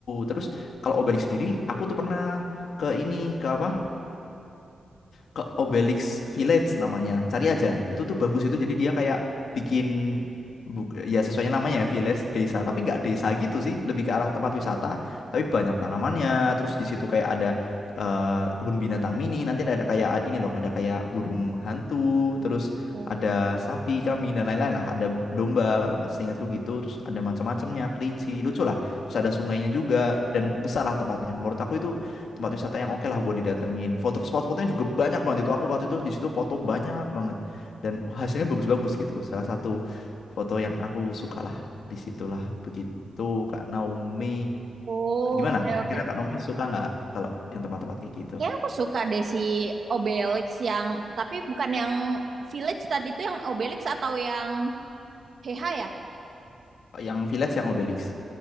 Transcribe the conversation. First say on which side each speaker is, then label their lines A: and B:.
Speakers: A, on the left; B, on the right.
A: Terus kalau Obalik sendiri aku tuh pernah ke ini ke apa? ke Obelix Village namanya. Cari aja. Itu tuh bagus itu. Jadi dia kayak bikin bu- ya sesuai namanya ya village desa, tapi nggak desa gitu sih, lebih ke arah tempat wisata. Tapi banyak tanamannya. Terus di situ kayak ada eh, kebun binatang mini. Nanti ada kayak ini loh, ada kayak burung hantu. Terus
B: oh,
A: ada sapi, kambing dan lain-lain lah. Ada domba kalau nggak seingatku gitu. Terus ada macam-macamnya, kelinci, lucu lah. Terus ada sungainya juga dan besar lah tempatnya. Menurut aku itu tempat wisata yang oke lah buat didatengin. Foto spot fotonya juga banyak banget itu. Aku waktu itu di situ foto banyak banget dan hasilnya bagus-bagus gitu. Salah satu foto yang aku suka lah di situlah begitu Kak Naomi.
B: oh,
A: Gimana?
B: oke
A: Kira-kira
B: oke.
A: Kak Naomi suka nggak kalau yang tempat-tempat kayak gitu?
B: Kayaknya aku suka deh si Obelix yang tapi bukan yang Village tadi itu yang Obelix atau yang Heha ya?
A: Yang village yang Obelix.